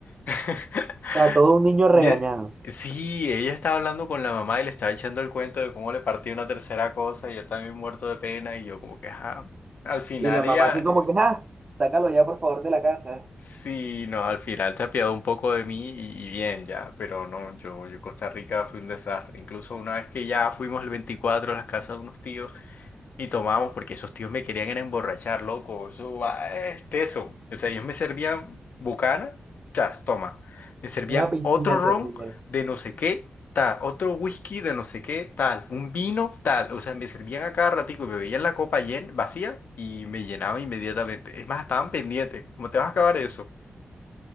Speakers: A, on the left; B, on the right.
A: <laughs>
B: O sea, todo un niño
A: Y
B: regañado.
A: e- Sí, ella estaba hablando con la mamá y le estaba echando el cuento de cómo le partió una tercera cosa y yo también muerto de pena y yo como que, ajá, al final
B: Y la mamá
A: ella,
B: así como que, ah, sácalo ya por favor de la casa.
A: sí, no, al final se apiadó un poco de mí y, y bien ya, pero no, yo, yo Costa Rica fue un desastre, incluso una vez que ya fuimos el 24 a las casas de unos tíos. Y tomábamos porque esos tíos me querían era emborrachar, loco. Eso va, es teso. O sea, ellos me servían bucana, chas, toma. Me servían
B: Una piscina
A: otro
B: servía.
A: ron de no sé qué, tal. Otro whisky de no sé qué, tal. Un vino, tal. O sea, me servían a cada ratico. Me veían la copa llen, vacía y me llenaba inmediatamente. Es más, estaban pendientes. ¿Cómo te vas a acabar eso?